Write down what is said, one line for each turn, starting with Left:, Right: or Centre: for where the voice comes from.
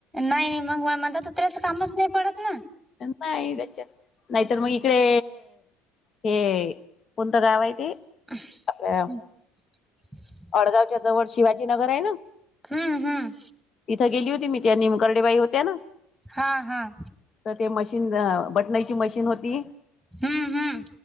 Centre: नाही नाही मग म्हणता तुत्र्याच कामच नाही पडत ना.
Left: नाही त्याच्या, नाहीतर मग इकडे हे कोणतं गाव आहे ते?
Centre: <unintelligible>
Left: आपल्या अडगावच्या जवळ शिवाजी नगर आहे ना
Centre: हम्म, हम्म.
Left: तिथं गेली होती मी, त्या निमकर्डेबाई होत्या ना.
Centre: हा, हा.
Left: तर ते मशीन, बटनाची मशीन होती.
Centre: हम्म हम्म